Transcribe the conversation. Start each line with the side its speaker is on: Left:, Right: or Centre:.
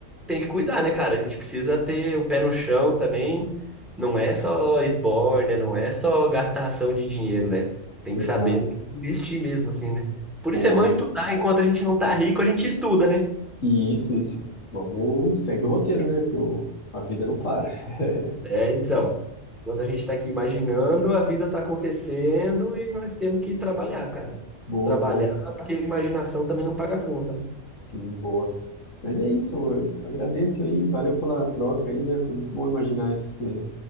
Centre: tem que cuidar, né, cara? A gente precisa ter o pé no chão também. Não é só esbórnia, não é só gastação de dinheiro, né? Tem
Left: exato.
Centre: que saber no que investir mesmo, assim, né? Por
Left: Boa,
Centre: isso é bom
Left: boa.
Centre: estudar. Enquanto a gente não tá rico, a gente estuda, né?
Left: E Isso, isso. Vamos, segue o roteiro, né? Que o- a vida não para. <laughs>
Centre: É, então, enquanto a gente está aqui imaginando, a vida está acontecendo e nós temos que trabalhar, cara.
Left: Boa,
Centre: Trabalhar,
Left: boa.
Centre: porque a imaginação também não paga conta, né?
Left: Sim, boa. Mas é isso, eu agradeço aí, valeu pela troca aí, né? Foi muito bom imaginar esse,